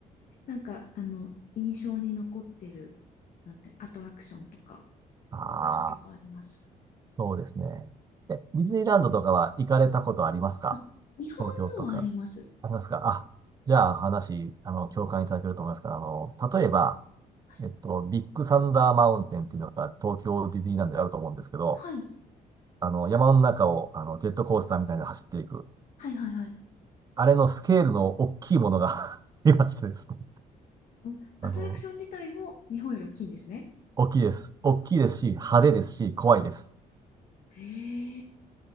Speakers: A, on the left; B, on the right.
A: なんか、あの、印象に残ってる、なんて、アトラクションとか。
B: あ、
A: 場所とかあります
B: <laughs> そうですね。え、ディズニーランドとかは行かれたことありますか
A: あ、日本のはあります。
B: 東京とか。ありますかあ、じゃあ話、あの、共感いただけると思いますから、あの、例えば、
A: はい。
B: えっと、ビッグサンダーマウンテンっていうのが東京ディズニーランドであると思うんですけど、
A: はい。
B: あの、山の中をあのジェットコースターみたいなの走っていく。
A: はいはいはい。
B: あれのスケールの大きいものが <laughs> 見ましてですね。
A: うんアトラクション自体も日本より大きいんですね。
B: あの、大きいです。大きいですし、派手ですし、怖いです。
A: へえ。